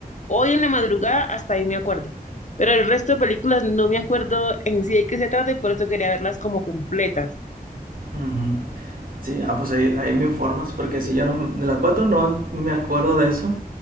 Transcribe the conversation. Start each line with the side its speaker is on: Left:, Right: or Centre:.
Left: hoy en la madrugada, hasta ahí me acuerdo. Pero el resto de películas no me acuerdo en sí de qué se trata y por eso quería verlas como completas.
Right: Ujú. Sí, ah, pues ahí, ahí me informas, porque si yo no, de la 4 no me acuerdo de eso.